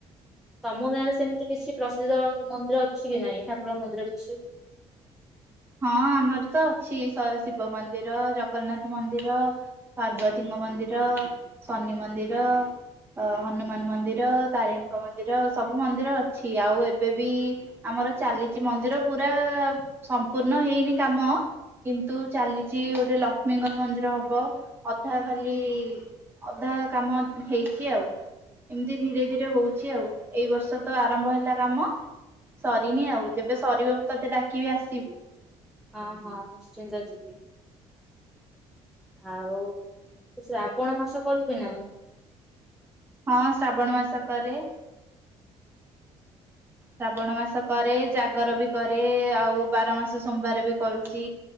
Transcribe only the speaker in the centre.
ତମ ଗାଁ ରେ ସେମ୍ତି କିଛି ପ୍ରସିଦ୍ଧ ମନ୍ଦିର ଅଛି କି ନାଇଁ ଠାକୁର ମନ୍ଦିର କିଛି?
ହଁହଁ ନିଶ୍ଚିନ୍ତ ଯିବି। ଆଉ ତୁ ଶ୍ରାବଣ ମାସ କରୁଚୁ ନା ଆଉ?